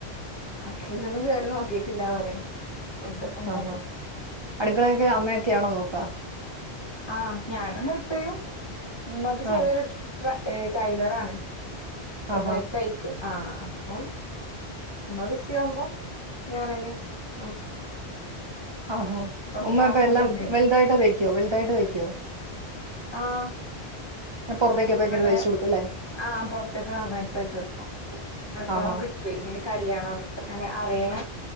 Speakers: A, on the left; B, on the right.
A: അടുക്കളേലൊന്നും കേറി നോക്കീ ത്തില്ല പറയാ ഫുഡൊക്കെ എന്താണ്
B: ആഹ്ഹാ അടുക്കളൊക്കെ അമ്മയൊക്കെയാണോ നോക്കാ
A: ആ ഞാനും ഹെൽപ്പ് ചെയ്യും നമ്മക്ക് ചെറിഒരു
B: ആ
A: ട്രൈലർ ആണ് ചെറുതായിട്ട്
B: ആഹാ
A: തയ്ക്കു ആഹ് അപ്പം ഉമ്മ വിസ ആവുമ്പോ ഞാനന്നെ നോക്ക
B: ആഹ്ഹാ ഉമ്മ
A: ക്ലാസ്സൊന്നും
B: അപ്പ എല്ലാം
A: ഇല്ലല്ലോ
B: വലുതായിട്ട് വയ്ക്കുവോ വലുതായിട്ട് തയ്ക്കോ കോ
A: ആഹ്
B: ഞാൻ പുറത്തേക്കൊക്കെ
A: ഇവിടെ
B: ഇങ്ങനെ തയ്ച്ചു കൊടുക്കും അല്ലേ
A: ആഹ് പുൊറത്തേക്ക് വാങ്ങായിട്ട് തയ്ച്ച കൊടുക്കും എപ്പം
B: ആഹാ
A: കിട്ടും ഇങ്ങനെ കല്യാണം അങ്ങനെ അറിയണ